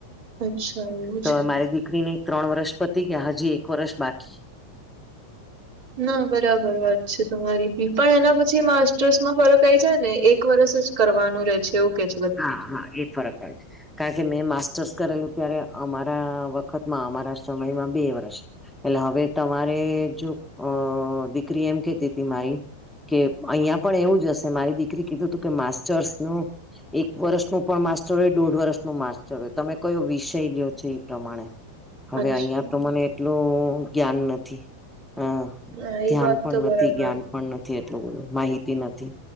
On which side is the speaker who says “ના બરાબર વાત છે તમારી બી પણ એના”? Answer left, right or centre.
Right